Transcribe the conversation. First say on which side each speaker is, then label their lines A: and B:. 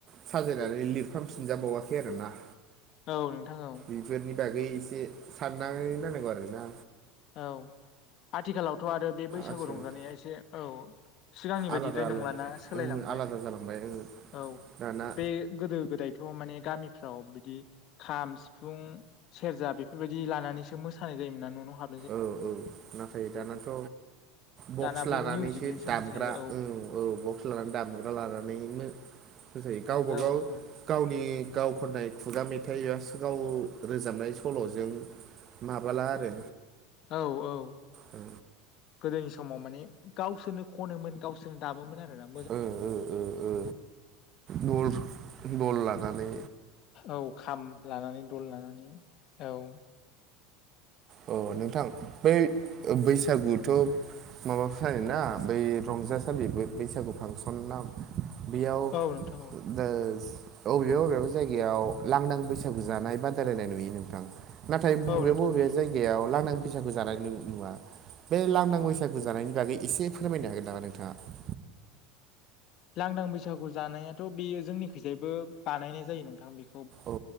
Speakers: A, on the right (about 30°); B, on the left (about 35°).
A: साजायनानै लिरफामफिनजाबावाखै आरोना
B: औ नोंथां औ
A: बेफोरनि बागै एसे साननानै नांगौ आरो ना
B: औ आथिखालावथ' आरो बे बैसागु
A: आथिखालाव
B: रंजानाया एसे औ सिगांनि बायदिद्राय
A: आलादा आलादा
B: नंलााना सोलायलांबाय
A: ओं आलादा जालांबाय ओं
B: औ
A: दाना
B: बे गोदो गोदायथ' माने गामिफ्राव बिदि खाम सिफुं सेरजा बेफोरबायदि लानानैसो मोसानाय जायोमोन ना न' न' हाब
A: औ औ नाथाय दानाथ' बक्स
B: दाना बै
A: लानानैसो
B: मिउजिकजोंसो
A: दामग्रा
B: मोसायो
A: औ औ बक्स लानानै दामग्रा लानानै मो सायो गावबा
B: औ
A: गाव
B: औ
A: गावनि गाव खननाय खुगा मेथाइ एबा स <unintelligible> गाव रोजाबनाय सल'जों माबाला आरो
B: औ औ
A: ओ
B: गोदोनि समाव माने गावसोरनो खनोमोन गावसोरनो दामोमोन आरो ना
A: ओ ओ ओ ओ नल नल लानानै
B: औ खाम लानानै दल लानानै औ
A: अ नोंथां बै ओ बैसागुथ' माबा फालियोना बै रंजासालि बे बैसागु फांसन ना बेयाव
B: औ नोंथां औ
A: दा अबेबा अबेबा जायगायाव लांदां बैसागु जानाय बादायलायनाय नुयो नोंथां नाथाय बबेबा
B: औ नोंथां
A: बबेबा
B: नुयो
A: जायगायाव लांदां बैसागु जानाय नुवा बे लांदां बैसागो जानायनि बागै एसे फोरमायनो हागोन नामा नोंथाङा
B: लांदां बैसागु जानायाथ' बेयो जोंनिखैजायबो बानायनाय जायो नोंथां बे
A: औ